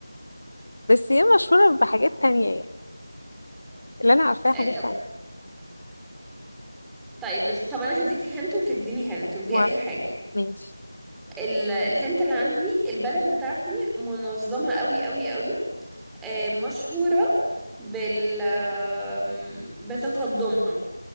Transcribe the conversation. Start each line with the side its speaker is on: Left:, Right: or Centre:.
Left: بس هي مشهوره بحاجات تانية يعني اللي انا عارفاها
Centre: آه،
Left: حاجات
Centre: طب
Left: تانية
Centre: طيب مش طب انا هديكي هنت وتديني هنت ودي
Left: موافقه
Centre: اخر حاجة
Left: ماشي
Centre: ال... الهنت اللي عندي البلد بتاعتي منظمة قوي قوي قوي آه، مشهورة بال آم، بتقدمها